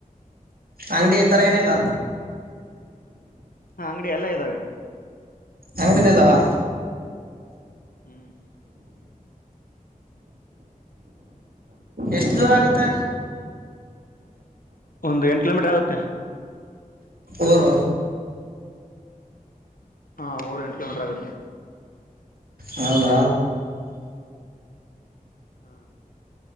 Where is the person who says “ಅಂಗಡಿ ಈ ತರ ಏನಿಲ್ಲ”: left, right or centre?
Right